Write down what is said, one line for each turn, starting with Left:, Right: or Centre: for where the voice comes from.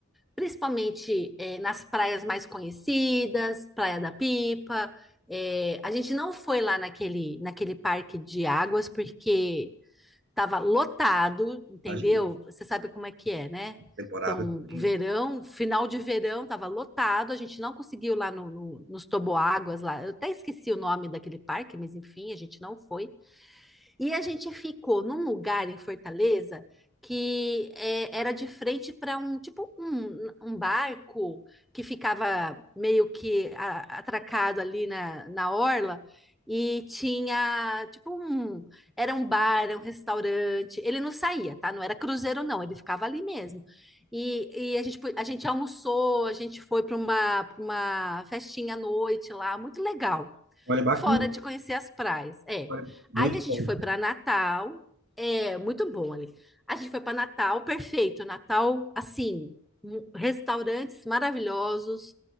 Centre: principalmente é, nas praias mais conhecidas, Praia da Pipa. É, a gente não foi lá naquele, naquele parque de águas porque estava lotado, entendeu?
Right: imagino.
Centre: Você sabe como é que é, né?
Right: Temporada.
Centre: Então,
Right: também,
Centre: verão,
Right: né?
Centre: final de verão, estava lotado, a gente não conseguiu lá no, no, nos toboáguas lá. Eu até esqueci o nome daquele parque, mas enfim, a gente não foi. E a gente ficou num lugar em Fortaleza que é, era de frente para um tipo um, um barco que ficava meio que a- atracado ali na, na orla e tinha tipo um era um bar, era um restaurante. Ele não saía, tá? Não era cruzeiro não, ele ficava ali mesmo. E, e a gente, pu- a gente almoçou, a gente foi para uma, pra uma festinha à noite lá, muito legal.
Right: Olha, bacana.
Centre: Fora de conhecer as praias, é.
Right: Olha, muito
Centre: Aí a gente
Right: bom.
Centre: foi para Natal, é muito bom ali. A gente foi para Natal, perfeito. Natal, assim, um- restaurantes maravilhosos